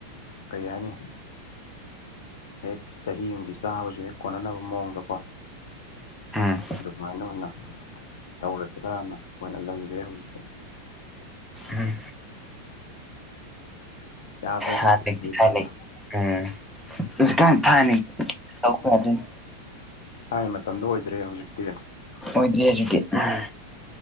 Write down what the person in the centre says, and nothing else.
ꯎꯝ
ꯎꯝ
ꯍꯥꯟꯅꯒꯤ
ꯍꯥꯏꯅꯩ ꯎꯝ ꯍꯩꯖꯤꯛꯀꯥꯟ ꯊꯥꯏꯅꯒꯤ ꯇꯧꯕꯗꯨꯅꯤ
ꯃꯣꯏꯗꯤ ꯍꯩꯖꯤꯛꯗꯤ ꯎꯝ